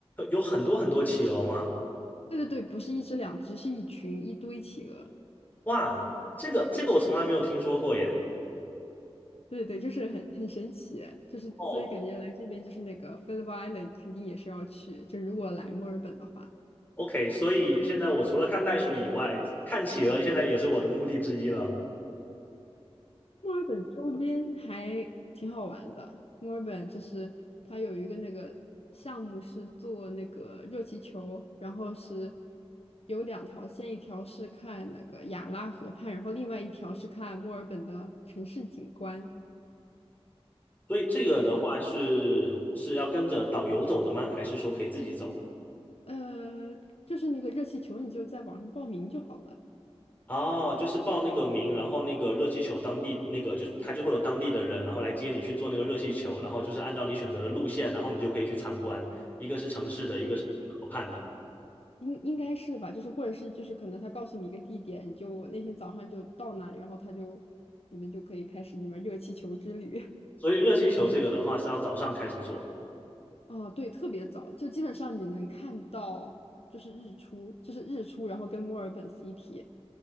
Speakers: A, on the left (about 15°); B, on the left (about 70°).
A: 有很多很多企鹅吗？
B: 对对对，不是一只两只，是一群一堆企鹅。
A: 哇，这个这个我从来没有听说过耶。
B: 对对对，就是很很神奇，就是所以感觉来这边就是那个
A: 哦
B: Phillip Island 肯定也是要去，就如果来墨尔本的话。
A: OK，所以现在我除了看袋鼠以外，看企鹅现在也是我的目的之一了。
B: 墨尔本周边还挺好玩的。墨尔本就是它有一个那个项目是做那个热气球，然后是有两条线，一条是看那个亚拉河畔，然后另外一条是看墨尔本的城市景观。
A: 所以这个的话是是要跟着导游走的吗？还是说可以自己走？
B: 呃，就是那个热气球，你就在网上报名就好了，
A: 哦，就是报那个名，然后那个热气球当地那个就是他就会有当地的人，然后来接你去做那个热气球，然后就是按照你选择的路线，然后你就可以去参观，一个是城市的，一个是河畔的。
B: 应应该是吧？就是或者是就是可能他告诉你一个地点，你就那天早上就到那里，然后他就你们就可以开始你们热气球之旅。
A: 所以热气球这个的话是要早上开始做。
B: 哦，对，特别早，就基本上你能看到，就是日出，就是日出，然后跟墨尔本 City，